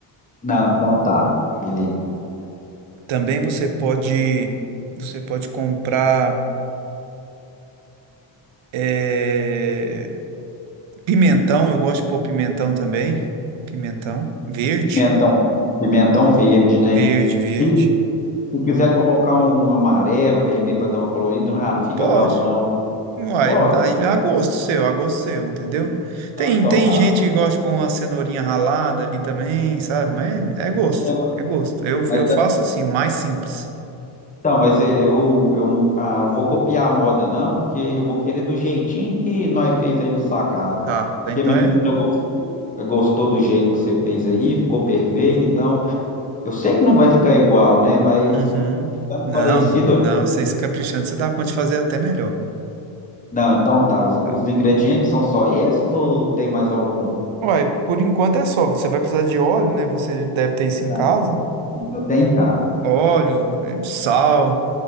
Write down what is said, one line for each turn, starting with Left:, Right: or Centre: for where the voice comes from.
Left: Não, então tá. Beleza.
Right: Também você pode, você pode comprar é, pimentão. Eu gosto de pôr pimentão também. Pimentão verde.
Left: Pimentão, pimentão verde, né?
Right: Verde, verde.
Left: Se, se quiser colocar um amarelo, vermelho para dar uma colorida, ah, não fica
Right: Pode.
Left: bom, não. né?
Right: Uai,
Left: Pode?
Right: aí é a gosto seu, a gosto seu, entendeu? Tem,
Left: Não, então
Right: tem
Left: tá.
Right: gente que gosta de pôr uma cenourinha ralada ali também, sabe? Mas é gosto,
Left: É,
Right: é gosto. Eu,
Left: mas,
Right: eu faço
Left: é,
Right: assim, mais simples.
Left: então, mas é, eu, eu não, ah, eu não vou copiar a moda, não, porque eu vou querer do jeitinho que nós fez aí na sua casa.
Right: Tá, tá,
Left: Porque
Right: então
Left: minha
Right: é.
Left: menina gos- gostou do jeito que você fez aí, ficou perfeito, então. Eu sei que não vai ficar igual, né? Mas
Right: Uhum.
Left: ficando
Right: Não,
Left: parecido,
Right: não,
Left: eu já... vou-
Right: isso aí você caprichando, você dá conta de fazer até melhor.
Left: não. Então tá. Os,
Right: Tá.
Left: os ingredientes são só esses ou tem mais algum?
Right: Uai, por enquanto é só. Você vai precisar de óleo, né? Você deve ter isso
Left: Não,
Right: em casa.
Left: isso eu tenho em casa.
Right: Óleo, eh, sal,